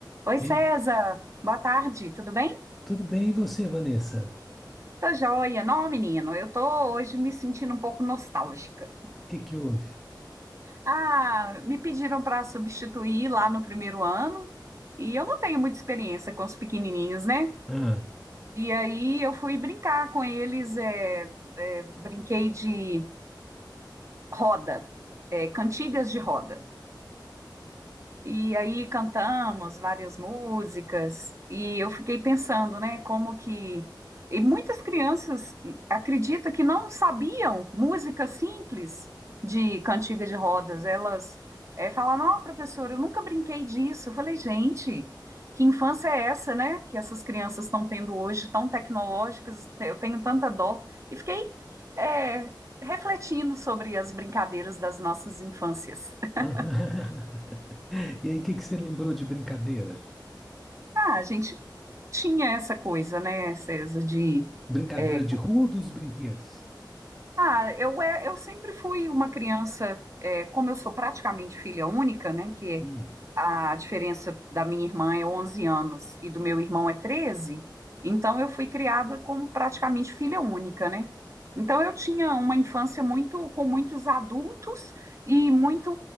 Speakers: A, on the right; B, in the centre.
A: Oi,
B: E
A: César. Boa tarde, tudo bem?
B: tudo bem, e você, Vanessa?
A: Tô joia. Não, menino, eu tô hoje me sentindo um pouco nostálgica.
B: O que que houve?
A: Ah, me pediram para substituir lá no primeiro ano e eu não tenho muita experiência com os pequenininhos, né?
B: Ah,
A: E aí eu fui brincar com eles, é, é, brinquei de roda, é, cantigas de roda. E aí cantamos várias músicas e eu fiquei pensando, né, como que e muitas crianças acreditam que não sabiam música simples de cantiga de rodas. Elas eh, falaram: "Ó, professora, eu nunca brinquei disso". Eu falei: "Gente, que infância é essa, né, que essas crianças estão tendo hoje, tão tecnológicas? Eu tenho tanta dó". E fiquei eh, refletindo sobre as brincadeiras das nossas infâncias. <laughs>
B: ah. <laughs> E aí, o que que você lembrou de brincadeira?
A: Ah, a gente tinha essa coisa, né, César, de.
B: Brincadeira
A: é,
B: de rua ou dos brinquedos?
A: ah, eu, é, eu sempre fui uma criança, é, como eu sou praticamente filha única, né, que
B: Hum,
A: a diferença da minha irmã é 11 anos e do meu irmão é 13, então eu fui criada como praticamente filha única, né? Então eu tinha uma infância muito com muitos adultos e muito